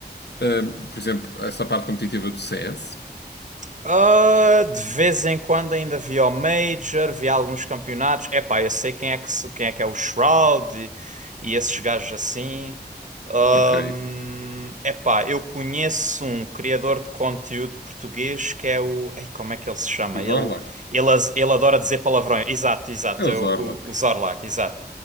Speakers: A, on the left; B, on the right.
A: ahm, por exemplo, essa parte competitiva do CS?
B: Ah, de vez em quando ainda via o Major, via alguns campeonatos. Epá, eu sei quem é que, se- quem é que é o Shroud e, e esses gajos assim. Ahm,
A: Ok.
B: epá, eu conheço um criador de conteúdo português que é o. Ei, como é que ele se chama?
A: O
B: Ele,
A: Zorlak?
B: ele, as- ele adora dizer palavrões. Exato, exato,
A: É o
B: é
A: Zorlak.
B: o, o, o Zorlak, exato.